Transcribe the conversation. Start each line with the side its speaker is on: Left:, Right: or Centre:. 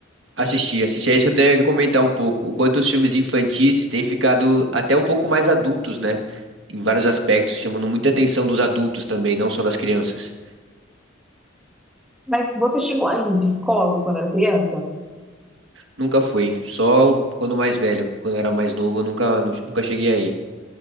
Right: Assisti, assisti. É isso que eu tenho que comentar um pouco. O quanto os filmes infantis têm ficado até um pouco mais adultos, né? Em vários aspectos, chamando muita atenção dos adultos também, não só das crianças.
Centre: Mas você chegou a ir em psicólogo quando era criança?
Right: Nunca fui, só quando mais velho. Quando eu era mais novo, eu nunca, nu- nunca cheguei aí.